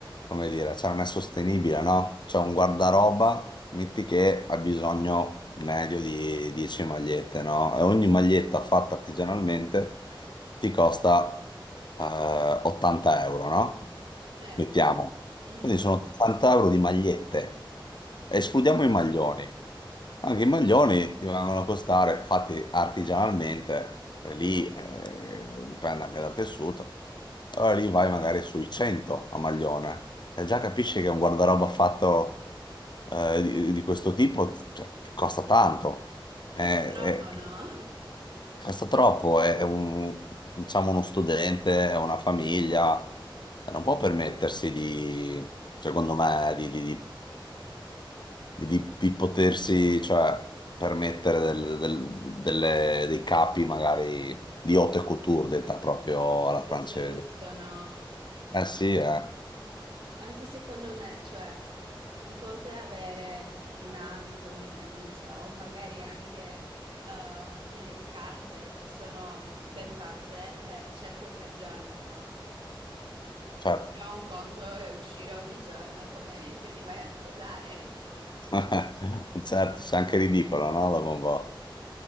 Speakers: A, on the left; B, on the right.
A: come dire, cioè non è sostenibile, no? Cioè un guardaroba, metti che ha bisogno medio di 10 magliette, no? E ogni maglietta fatta artigianalmente ti costa eh, 80 euro, no?
B: Eh,
A: Mettiamo.
B: mhm.
A: Quindi sono 80 euro di magliette. Escludiamo i maglioni. Anche i maglioni ti vengono a costare, fatti artigianalmente, e lì eh, dipende anche dal tessuto. Allora lì vai magari sui 100 a maglione e già capisci che un guardaroba fatto eh, di, di questo tipo ti, cioè, ti costa tanto. Eh,
B: Costa troppo,
A: eh,
B: no? <laughs>
A: Costa troppo, è, è un, diciamo uno studente, è una famiglia, cioè, non può permettersi di, secondo me, di, di- di- di- di- di potersi, cioè, permettere del- del- delle- dei capi magari di haute couture, detta proprio alla
B: Questo
A: francese.
B: lusso, no?
A: Eh sì, eh,
B: Anche secondo me, cioè... Un conto è avere un abito, una camicia o magari anche eh, delle scarpe che sono ben fatte per certe occasioni, no?
A: certo,
B: Però un conto è uscire ogni giorno come <laughs> se ti vai a sposare.
A: <laughs> certo, sei anche ridicolo, no? Dopo un po'.